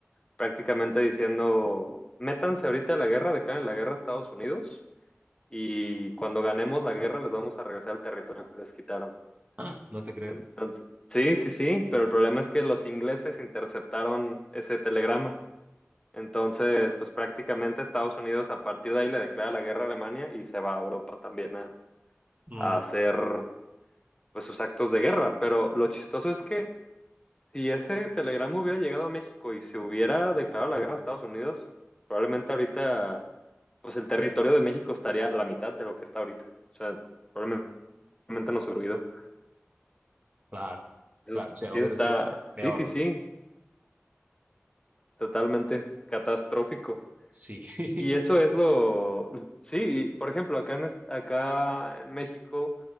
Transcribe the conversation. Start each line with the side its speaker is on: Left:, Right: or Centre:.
Left: prácticamente diciendo, métanse ahorita a la guerra, declaren la guerra a Estados Unidos y cuando ganemos la guerra les vamos a regresar al territorio que les quitaron.
Right: Ah, no te creo.
Left: Entonces, sí, sí, sí, pero el problema es que los ingleses interceptaron ese telegrama. Entonces, pues prácticamente Estados Unidos a partir de ahí le declara la guerra a Alemania y se va a Europa también a,
Right: Mm,
Left: a hacer pues sus actos de guerra. Pero lo chistoso es que Si ese telegrama hubiera llegado a México y se hubiera declarado la guerra a Estados Unidos, probablemente ahorita, pues el territorio de México estaría a la mitad de lo que está ahorita. O sea, probablemente nos hubiera huido.
Right: claro,
Left: Entonces,
Right: claro. O sea,
Left: sí
Right: hubiera
Left: está,
Right: sido peor.
Left: sí, sí,
Right: güey.
Left: sí, totalmente catastrófico.
Right: Sí. <laughs>
Left: Y eso es lo, sí, por ejemplo, acá en, es- acá en México,